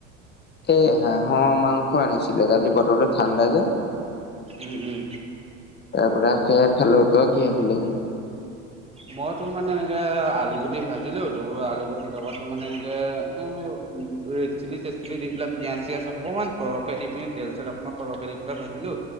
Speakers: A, on the left; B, on the right.
A: এই হাঁহৰ মাংস আনিছিলে, আজি বতৰটো ঠাণ্ডা যে।
B: উম, উম।
A: তাৰপৰা সেয়ে খালোঁ, তই কিহে খালি?
B: মই তোৰ মানে এনেকে আলু গুটি ভাজিলো, তোৰ আলুগুটি লগত তোৰ মানে এনেকে উম, ৰেড চিলি, ছেড চিলি দি পেলাই, পিয়াঁজ চিয়াজ অকমান সৰহকে দি পিনি, তেল চেল অকনমান সৰহকে দি পেলাই ভাজিলো